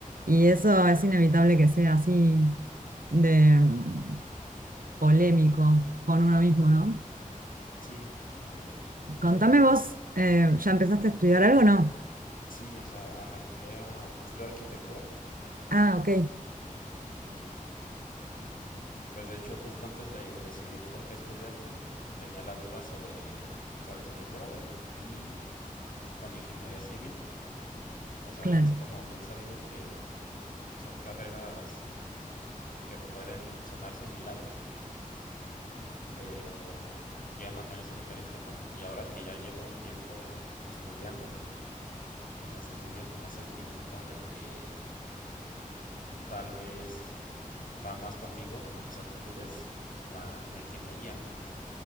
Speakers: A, on the right; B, on the left.
A: y eso es inevitable que sea así de mm, polémico con uno mismo, ¿no?
B: Sí, eh, justo,
A: Contame vos, eh, ¿ya empezaste a estudiar algo o no?
B: sí, o sea, arranqué a estudiar arquitectura
A: Ah, ok,
B: y pues de hecho justo antes de decidir por qué estudiarme tenía la duda sobre, sobre arquitectura, vaya, y con ingeniería civil. O sea,
A: claro.
B: es como bien sabido que son carreras que pueden sonar similares, pero llegan a tener sus diferencias, ¿no? Y ahora que ya llevo un tiempo estudiando, O sea, sí he tenido como esa espinita de que tal vez va más conmigo, con mis aptitudes, la, la ingeniería.